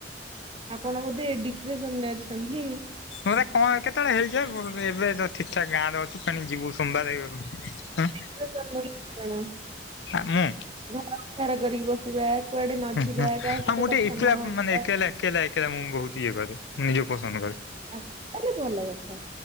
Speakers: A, on the right; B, on the left.
A: ଆପଣ ବୋଧେ ଏ ଡିପ୍ରେସନରେ ଅଛନ୍ତି?
B: ମତେ କଣ କେତେବେଳେ ହେଇଯାଏ ବୋ ଏବେ ତ ଠିକଠାକ ଗାଁରେ ଅଛୁ ତେଣିକ ଯିବୁ ସୋମବାରେ ଉଁ
A: ସେ ସେମିତି <unintelligible>
B: ଆଁ ମୁଁ
A: ଘର <unintelligible> କରିକି ବସିବା। କୁଆଡେ ନ
B: ହୁଁ
A: ଯିବା
B: ହୁଁ
A: କାହା
B: ଆଉ
A: ସହିତ
B: ମୁଁ
A: କଥା
B: ଟିକେ ଏକଲା
A: ନ ହବା।
B: ମାନେ ଏକେଲା ଏକେଲା ଏକେଲା ମୁଁ ବୋହୁତ ଇଏ କରେ ମୁଁ ନିଜକୁ ପସନ୍ଦ କରେ।
A: ଆଛା ତା ବି ଭଲ କଥା